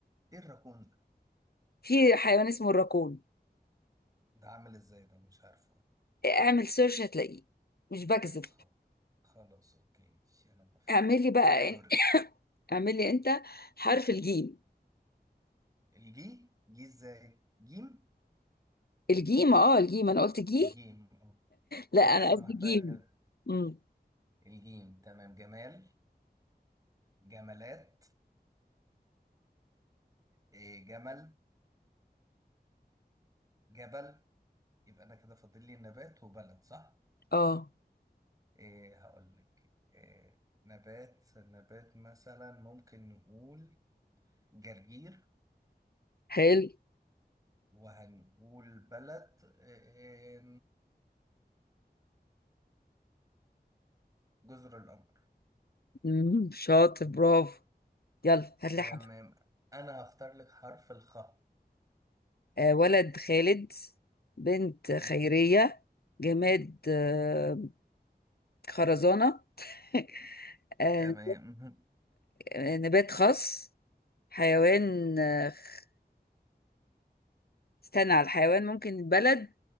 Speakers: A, on the right; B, on the left.
A: ايه الراكون ده
B: في حيوان اسمه الراكون
A: ده عامل ازاي ده مش عارفه
B: اعمل سيرش هتلاقيه مش بكذب
A: خل- خلاص اوكي ماشي انا موافق
B: اعملي بقى
A: دورك
B: <laughs> اعملي انت حرف الجيم
A: الجي جي ازاي جيم
B: الجيم اه الجيم انا قلت جي
A: الجيم اه
B: لا انا
A: حاسه
B: قصدي
A: محتاجة
B: جيم
A: كده
B: امم
A: الجيم تمام جمال جمالات إيه جمل جبل يبقى انا كده فاضل لي نبات وبلد صح
B: اه
A: إيه هقول لك إيه نبات نبات مثلا ممكن نقول جرجير
B: حلو
A: وهنقول بلد إيه جزر القمر
B: امم شاطر برافو يلا هات
A: تمام
B: لي حاجة
A: انا هختار لك حرف الخاء
B: آه، ولد خالد بنت خيرية
A: مم.
B: جماد آه، خرزانة <laughs> آه،
A: تمام
B: نبات خاص حيوان آه، خ- استنى على الحيوان ممكن بلد